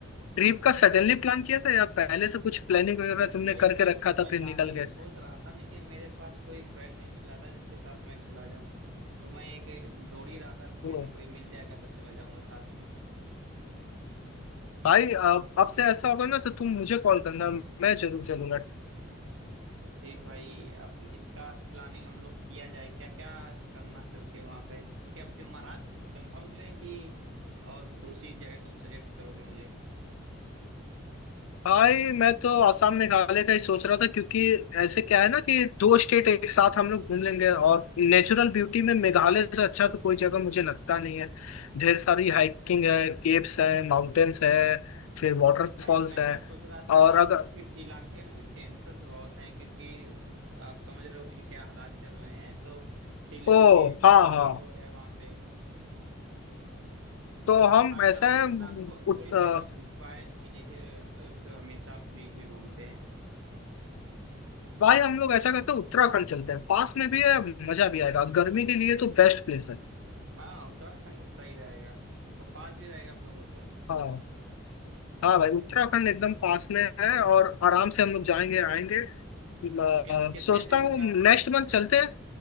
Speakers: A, on the left (about 80°); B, on the right (about 70°).
A: ट्रिप का सडनली प्लान किया था या पहले से कुछ प्लानिंग वगैरह तुमने
B: भाई
A: करके
B: मैं
A: रखा था
B: मैं
A: फिर
B: जाने
A: निकल
B: की
A: गए
B: सोच रहा था लेकिन मेरे पास कोई फ्रेंड नहीं मिल रहा था जिसके साथ मैं चला जाऊं तो मैं एक ढूंढ ही रहा था कोई
A: ओ
B: ना कोई मिल जाएगा तो चला जाऊंगा साथ में
A: भाई अब अब से ऐसा होगा ना तो तुम मुझे कॉल करना मैं जरूर चलूंगा
B: ठीक भाई अब इसका प्लानिंग हम लोग किया जाए क्या क्या करना चल के वहां पे क्या फिर महाराष्ट्र कंफर्म करें कि और दूसरी जगह तुम सजेस्ट करोगे मुझे
A: भाई मैं तो आसाम मेघालय का ही सोच रहा था क्योंकि ऐसे क्या है ना कि दो स्टेट एक साथ हम लोग घूम लेंगे और नेचुरल ब्यूटी में मेघालय से अच्छा तो कोई जगह मुझे लगता नहीं है ढेर सारी हाइकिंग है केव्स है माउंटेन्स है फिर वाटरफॉल्स
B: भाई मैं
A: है
B: क्या सोच रहा था कि
A: और अगर
B: उस इलाके में भी टेंशन बहुत हैं क्योंकि आप समझ रहे हो कि क्या हालात चल रहे हैं तो सिलीगुड़ी
A: ओ हाँ
B: कॉरिडोर
A: हाँ
B: है वहां पे
A: तो
B: तो
A: हम
B: शायद
A: ऐसा
B: हम लोग
A: है
B: अपना खु,
A: उत,
B: खुल
A: अ,
B: के ना घूम पाए कि जैसे अ, फिर हमेशा फ्री में घूमते हैं
A: भाई हम लोग ऐसा करते हैं उत्तराखंड चलते हैं पास में भी है मजा भी आएगा गर्मी के लिए तो बेस्ट प्लेस है
B: हाँ उत्तराखंड सही रहेगा और पास भी रहेगा हम लोगों से
A: हाँ हाँ भाई उत्तराखंड एकदम पास में है और आराम से हम लोग जाएंगे आएंगे अ,
B: तो कि, कितने
A: सोचता
B: दिन
A: हूँ नेक्स्ट
B: का
A: मंथ चलते हैं